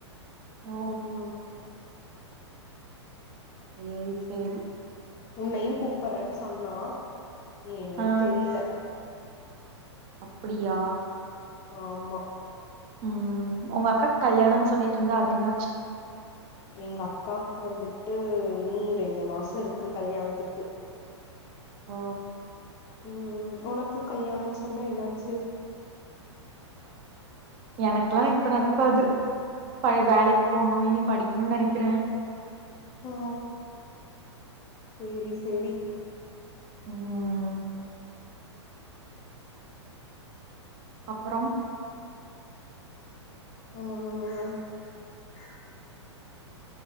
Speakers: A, on the right; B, on the left.
A: ஓ
B: ம்
A: சேரி சேரி
B: உன்னையு கூப்பற்றன் சொன்னா என்னன்
A: ஆ
B: தெரியில
A: அப்படியா
B: ஆமா
A: ம் உங்கக்காக் கல்யாணம்ன் சொல்லிட்ருந்தா அது என்
B: எங்கக்காக் வந்துட் டு இனி ரெண்டு மாசோ இருக்கு கல்யாண்த்துக்கு
A: ஓ
B: ம் ம் உனக்கு கல்யாணம் சொன்ன இன்னாச்சு
A: எனக்குலா இப்ப நடக்காது பழய வேலைக் போனு இனி படிக்கணும்னு நெனைக்கிறே
B: ஆ செரி செரி
A: ம் அப்பறம்
B: ம் ம் ம்